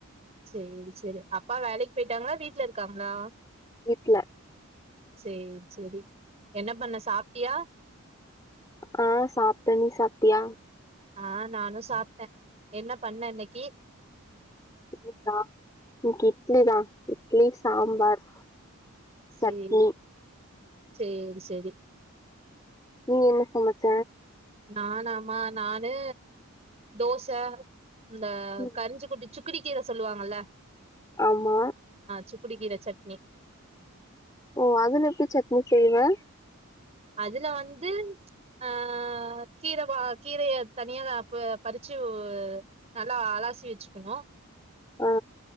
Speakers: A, on the right; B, on the left.
A: சேரி சேரி அப்பா வேலைக் போய்ட்டாங்ளா வீட்ல இருக்காங்ளா
B: வீட்ல
A: சேரி சேரி என்ன பண்ண சாப்டியா
B: ஆ சாப்டே நீ சாப்டியா
A: ஆ நானு சாப்டே என்ன பண்ண இன்னிகி
B: இன்னிகா இன்னிகி இட்லிதா இட்லி சாம்பார்
A: சேரி
B: சட்னி
A: சேரி சேரி
B: நீ என்ன சமச்ச
A: நானாமா நானு தோச இந்த
B: ம்,
A: கரிஞ்சு குடி சுக்குடி கீர சொல்லுவாங்கல்ல
B: ஆமா
A: சுகுடிகீர சட்னி
B: ஓ அதுல எப்டி சட்னி செய்வ
A: அதுல வந்து ஆ கீர வா கீரைய தனிய நா அப்ப பறிச்சு நல்லா அலாசி வெச்சுகுணு
B: ஆ